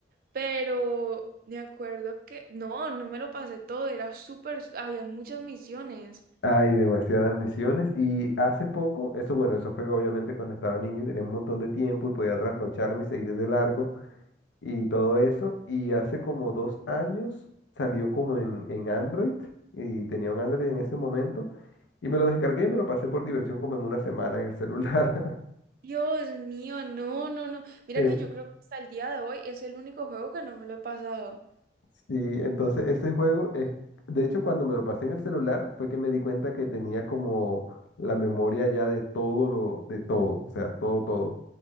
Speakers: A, on the right (about 50°); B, on the left (about 85°).
A: pero me acuerdo que no, no me lo pasé todo, era súper, había muchas misiones.
B: Hay demasiadas misiones y hace poco, eso bueno, eso fue obviamente cuando estaba niño y tenía un montón de tiempo y podía trasnocharme y seguir de largo y todo eso. Y hace como dos años salió como en, en Android y tenía un Android en ese momento y me lo descargué y me lo pasé por diversión como en una semana en el celular.
A: Dios mío, no, no, no. Mira
B: <laughs>
A: que yo creo que hasta el día de hoy es el único juego que no me lo he pasado.
B: Sí, entonces este juego es, de hecho cuando me lo pasé en el celular fue que me di cuenta que tenía como la memoria ya de todo lo, de todo, o sea, todo, todo.